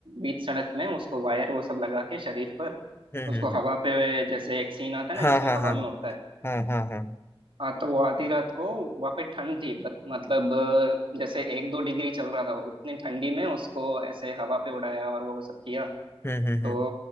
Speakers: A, on the right; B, on the left.
A: बीच सड़क में उसको वायर वो सब लगा के शरीर पर
B: हम्म
A: उसको
B: हम्म, हम्म।
A: हवा पे जैसे एक सीन आता है
B: हाँ
A: ना जिसमें
B: हाँ
A: हवा
B: हाँ
A: में उड़ता है
B: हाँ हाँ हाँ
A: हाँ तो वो आधी रात को वहाँ पे ठंड थी बत, मतलब अ, जैसे एक दो डिग्री चल रहा था उतनी ठंडी में उसको ऐसे हवा पे उड़ाया और वो सब किया
B: हम्म हम्म
A: तो
B: हम्म